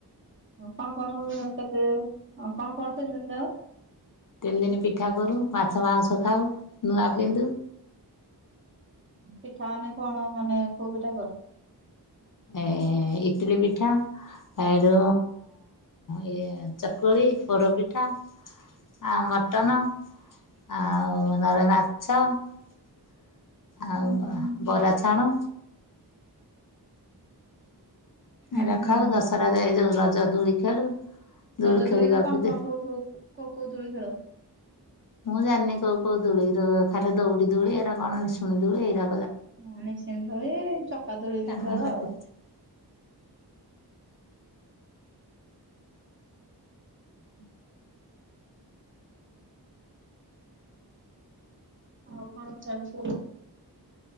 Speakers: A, on the right (about 30°); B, on the left (about 55°).
A: କଣ କଣ କେତେ କଣ କଣ ତିନି ଦିନି ଜାଓ?
B: ତିନି ଦିନ ପିଠା କରୁ, ମାଛ ମାଉଁସ ଖାଉ, ନୂଆ ପିନ୍ଧୁ।
A: ପିଠା ମାନେ କଣ ମାନେ କୋଉ ପିଠା କର?
B: ଏ ଇଟଲି ପିଠା ହେଡୁ ଇଏ ଚକୁଳି, ପୋଡ ପିଠା। ଆ ମଟନ ଆଉ ନହେଲେ ମାଛ ଆଉ
A: ହୁଁ
B: କଣ
A: ହୁଁ
B: ବରା ଛାଣୁ।
A: ଉଁ
B: ଏରା
A: ହୁଁ
B: ଖାଉ ଦଶହରା ଏଇ ଯୋଉ ରଜ ଦୋଳି ଖେଳୁ। ଦୋଳି
A: ରଜ
B: ଖେଳିବାକୁ
A: ଦୋ ରେ କଣ କଣ
B: ଦେ
A: କୋଉ କୋଉ କୋଉ କୋଉ ଦୋଳି ଖେଳ?
B: ମୁଁ ଜାଣିନି କୋଉ କୋଉ ଦୋଳି। ଖାଲି ଦୌଡି ଦୋଳି ଏରା କଣ ନିଶୁଣି ଦୋଳି ଏଇରା
A: ହଁ ନିଶୁଣି ଦୋଳି ଚକା ଦୋଳି ଏନ୍ତି
B: କାରମା
A: ଖେଳୁ
B: ପାଖରୁ
A: ଆଉ। <inaudible> ଆଉ କଣ। <unintelligible>